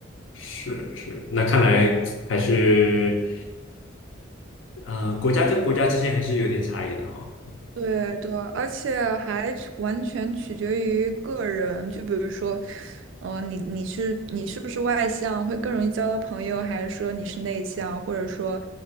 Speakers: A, on the left (about 75°); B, on the right (about 70°).
A: 是是，那看来还是，呃，国家跟国家之间还是有点差异的哈、
B: 对对，而且还取完全取决于个人，就比如说，呃，你你是你是不是外向，会更容易交到朋友，还是说你是内向，或者说，